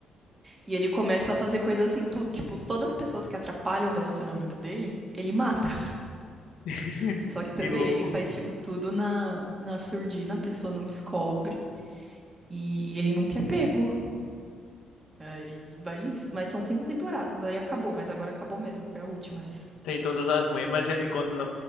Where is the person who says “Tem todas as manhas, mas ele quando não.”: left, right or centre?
Left